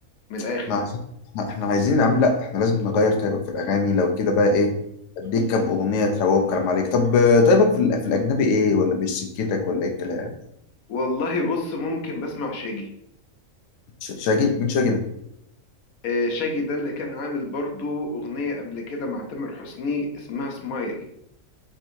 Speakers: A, on the left; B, on the left.
A: من الاخر
B: احنا احنا إحنا عايزين عم لا احنا لازم نغير طيبك في الاغاني لو كده بقى ايه اديك كام اغنيه تروق الكلام عليك طب آه، طيبك في, ال- في الاجنبي ايه ولا مش سكتك ولا ايه الكلام
A: والله بص ممكن بسمع شاجي
B: ش- شاجي مين شاجي ده
A: آه، شاجي ده اللي كان عامل برضو أغنية قبل كده مع تامر حسني اسمها سمايل